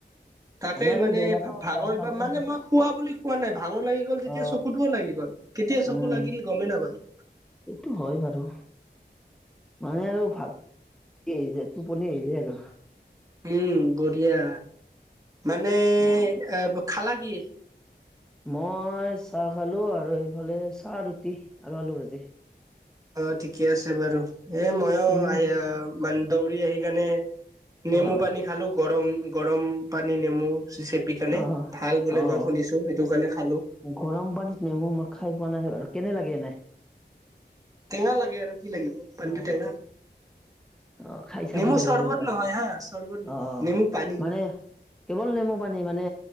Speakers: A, on the right; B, in the centre.
A: তাকে
B: আৰু
A: মানে
B: দৌৰাটো
A: ভাগৰ
B: গাত নালাগে।
A: বা মানে মই- খোৱা বুলি খোৱা নাই ভাঙৰ লাগি গ'ল তেতিয়া
B: অ
A: চকুতও লাগি গ'ল কেতিয়া
B: উম
A: চকু লাগিল গমেই নাাপালো।
B: এইটো হয় বাৰু মানে আৰু ভাত য টোপনি আহ যায় আৰু
A: উম বঢ়িয়া মানে
B: মই
A: এ খালা কি?
B: মই চাহ খালোঁ আৰু এইফালে চাহ ৰুটি আৰু আলু ভাজি।
A: অ ঠিকে আছে বাৰু, এ মইয়ো
B: তুমি
A: আহি আহ মান দৌৰি আহি কেনে নেমু
B: অ
A: পানী খালোঁ গৰম গৰম পানী নেমু চে কেনে,
B: অ',
A: ভাল বোলে
B: অ',
A: মই শুনিছো সেইটো কাৰণে খালো।
B: গৰম পানীত মেমু মই খাই পোৱা নাই বাৰু কেনে লাগে এনে?
A: টেঙা লাগে আৰু কি লাগিব।
B: অঁ
A: পানীটো টেঙা
B: আহ খাই চাব
A: নেমু
B: লাগিব
A: চৰ্বত
B: এইবাৰ,
A: নহয় হা চৰ্বত নহয়
B: আহ
A: নেমু পানী
B: মানে কেৱল নেমু পানী মানে